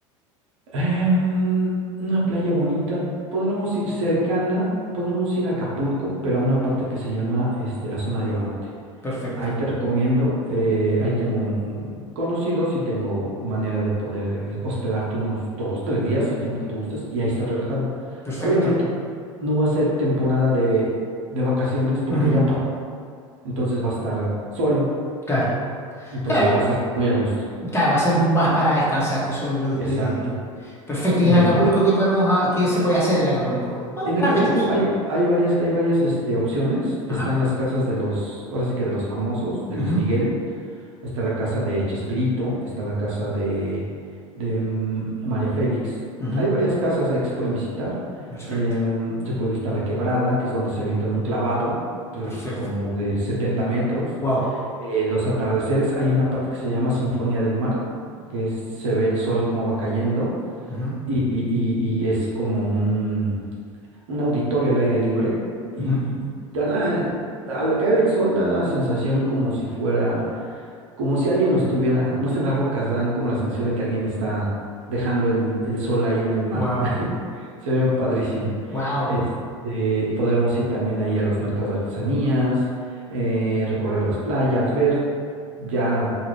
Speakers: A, on the right; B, on the left.
A: em, una playa bonita. Podremos ir cercana, podremos ir a Acapulco, pero a una parte que se llama este, la zona diamante.
B: perfecto,
A: Ahí te recomiendo, eh, ahí tengo un- un conocidos y tengo manera de poder eh, hospedarte unos dos, tres días, el tiempo que tú gustes, y ahí estás relajado.
B: perfecto.
A: Obviamente no va a ser temporada de, de vacaciones porque
B: Ujú,
A: ya pasó, entonces vas a estar solo,
B: Claro.
A: entonces
B: Claro, y-
A: vas a estar muy a gusto.
B: claro, va a ser más para descansar, que eso es lo que estoy.
A: Exacto,
B: Perfecto.
A: unos
B: ¿Y en Acapulco
A: días.
B: qué podemos, ha- qué se puede hacer en Acapulco? Un
A: En
B: par
A: Acapulco
B: de tips.
A: hay, hay varias, hay varias este, opciones. Están
B: Ajá.
A: las casas de los, ahora sí que de los famosos, de
B: ujú,
A: Luis Miguel. Está la casa de Chespirito, está la casa de, de, mm, María Félix.
B: ujú,
A: Hay varias casas ahí que se pueden visitar.
B: Perfecto,
A: Em, se puede visitar la Quebrada, que es donde se avientan un clavado, pues,
B: perfecto.
A: como de 70 metros.
B: Wow.
A: Eh, los atardeceres, hay una parte que se llama Sinfonía del Mar, que es- se ve el sol como va cayendo
B: Ujú,
A: y, y- y- y es como un, un auditorio al aire libre. Y,
B: ujú.
A: y da la, al caer el sol da la sensación como si fuera como si alguien los tuviera, no sé, las rocas dan como la sensación de que alguien está dejando el, el sol ahí en el mar.
B: Wow.
A: <laughs> Se ve padrísimo.
B: Wow.
A: Este, podemos ir también ahí a los mercados de artesanías, eh, recorrer las playas, ver ya